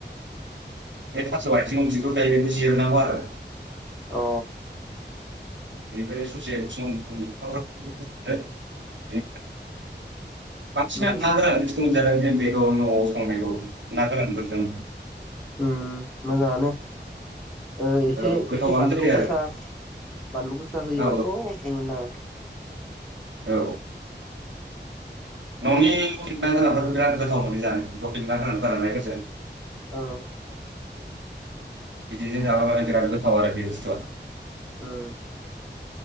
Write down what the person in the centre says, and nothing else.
अ।
उम
उम मोजाङानो। ओ एसे
एसे बानलु
गोसा बानलु गोसा होयोबाथ'
बुंनो नाङा।
औ।
ओं